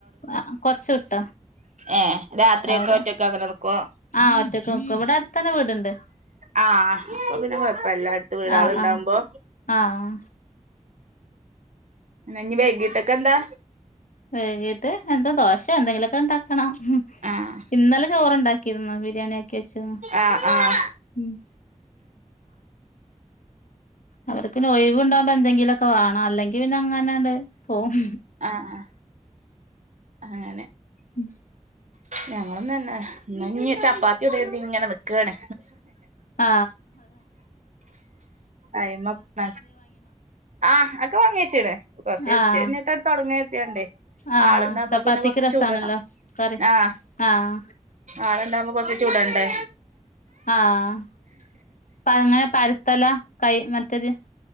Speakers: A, on the left; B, on the right.
A: ആ കൊറച്ച് വിട്ട
B: ഏഹ് രാത്രിയൊക്കെ
A: അവടെ
B: ഒറ്റക്ക് അങ്ങനെ നിക്കുവോ
A: ആ ഒറ്റക്ക് നിക്കും ഇവിടെ അടുത്തന്നെ വീടുണ്ട്
B: ആ അപ്പോ പിന്നെ കുഴപ്പമില്ല എല്ലായിടത്തും വീട്
A: ആഹ്
B: ആള് ഇണ്ടാവുമ്പോ
A: ആഹ് ആഹ്
B: ഇനി വൈകിട്ടൊക്കെ എന്താ
A: വൈകീട്ട് എന്താ ദോശ എന്തെങ്കിലുമൊക്കെ ഇണ്ടാക്കണം
B: ആഹ്
A: ഇന്നലെ ചോറ്ണ്ടാക്കിരുന്നു ബിരിയാണി ക്കേച്ചത്
B: ആഹ് ആഹ്
A: മ്മ് അവർക്ക് പിന്നെ ഒ യിവ് ഇണ്ടാകുമ്പോ എന്തെങ്കിലും മൊക്കെ വേണം അല്ലെങ്കി പിന്നെ അങ്ങനങ്ങട് പോവും
B: ആഹ് ആഹ് അങ്ങനെ
A: മ്മ്
B: ഞങ്ങളന്ന തന്നെ എന്നാന്ന് ചപ്പാത്തി ഇന്ന് ചപ്പാത്തി ചുടാൻ ഇങ്ങനെ നിക്കാണ്
A: ആ
B: അയ്മപ്പ ആ ഒക്കെ വാങ്ങേച്ചീണ് കുറച്ച്
A: ആഹ്
B: ഉച്ച കഴിഞ്ഞിട്ട് അത് തുടങ്ങാന്ന് കരുതിയോണ്ടെ
A: ആഹ്
B: ആളുണ്ട
A: ചപ്പാത്തിക്ക്
B: പ്പോ പിന്നെ കൊറച്ച്
A: രസാണല്ലോ
B: ചൂടണം
A: കറി
B: ആഹ്
A: ആഹ്
B: ആള് ഉണ്ടാവുമ്പോ പിന്നെ കൊറച്ച് ചുടണ്ടേ
A: ആ എങ്ങനെ പരത്തല കൈ മറ്റത്